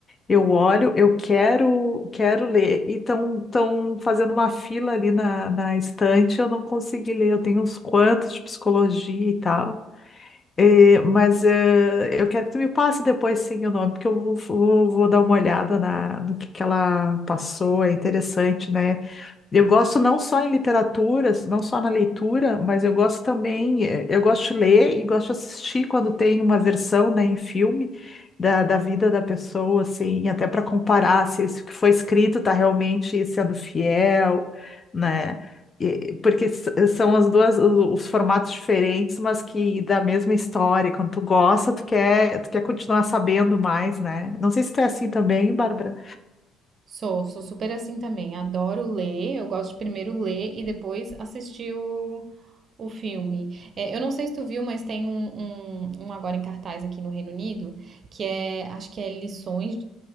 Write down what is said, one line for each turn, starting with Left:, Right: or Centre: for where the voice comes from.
Left: Eu olho, eu quero, quero ler. E estão fazendo uma fila ali na, na estante, eu não consegui ler. Eu tenho uns quantos de psicologia e tal. Eh, mas eh, eu quero que tu me passe depois sim o nome, porque eu vou, vou- vou dar uma olhada na, no que, que ela passou. É interessante, né? Eu gosto não só em literaturas, não só na leitura, mas eu gosto também, eh, eu gosto de ler e gosto de assistir quando tem uma versão, né, em filme da, da vida da pessoa, assim, até para comparar se isso que foi escrito está realmente sendo fiel, né? E- porque s- são as duas, o- os formatos diferentes, mas que da mesma história. Quando tu gosta, tu quer, tu quer continuar sabendo mais, né? Não sei se tu é assim também, Bárbara.
Right: Sou, sou super assim também. Adoro ler, eu gosto de primeiro ler e depois assistir o, o filme. É, eu não sei se tu viu, mas tem um, um, um agora em cartaz aqui no Reino Unido, que é, acho que é Lições,